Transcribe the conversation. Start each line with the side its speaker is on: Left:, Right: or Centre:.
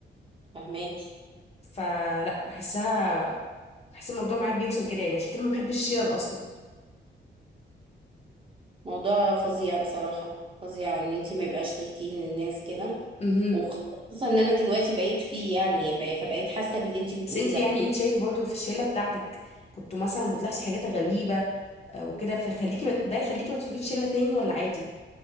Right: فهماكي
Left: فلا بحسها بحس الموضوع معايا بيوصل كده يعني عشان كده ما بحبش الشلل اصلا
Right: موضوع فظيع بصراحة فظيع ان انتي ما يبقاش ليكي الناس كده
Left: امم
Right: وخصوصا ان انا دلوقتي بقيت فيه يعني بقى- فبقيت حاسة باللي انتي بتقوليه
Left: بس انتي
Right: ده
Left: يعني انت شايفه برضو في الشله بتاعتك كنتوا مثلا بتلاحظي حاجات غريبه آه، وكده فيخليكي ده يخليكي ما تدخليش شله تاني ولا عادي